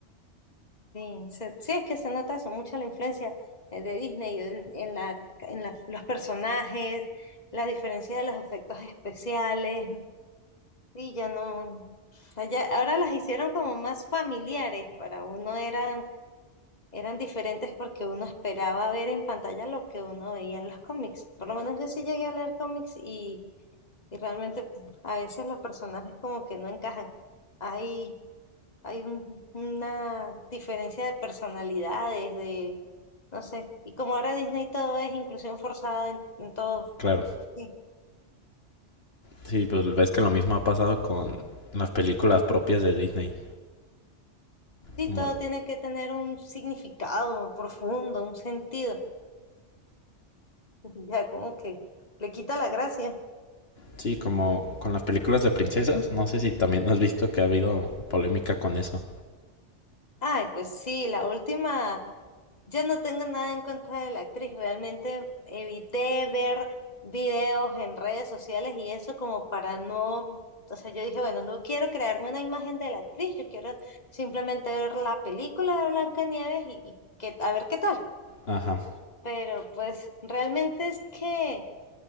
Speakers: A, on the left (about 35°); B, on the left (about 60°).
A: Sí, se- sí, es que se nota eso, mucha la influencia eh, de Disney en, en la, en la- los personajes, la diferencia de los efectos especiales, sí, ya no, o sea, ya- ahora las hicieron como más familiares, para uno eran, eran diferentes porque uno esperaba ver en pantalla lo que uno veía en los cómics, por lo menos yo sí llegué a leer cómics y, y realmente a veces los personajes como que no encajan, hay, hay un- una diferencia de personalidades, no sé. Y como ahora Disney todo es inclusión forzada en, en todo.
B: Claro,
A: Sí,
B: sí, pues ves que lo mismo ha pasado con las películas propias de Disney.
A: sí,
B: Como,
A: todo tiene que tener un significado profundo, un sentido. <laughs> Ya como que le quita la gracia.
B: sí, como con las películas de princesas. No sé si también has visto que ha habido polémica con eso.
A: Ay, pues sí, la última, ya no tengo nada en contra de la actriz. Realmente evité ver videos en redes sociales y eso como para no, o sea, yo dije, bueno, no quiero crearme una imagen de la actriz, yo quiero simplemente ver la película de Blancanieves y, y que, a ver qué tal.
B: Ajá,
A: Pero pues realmente es que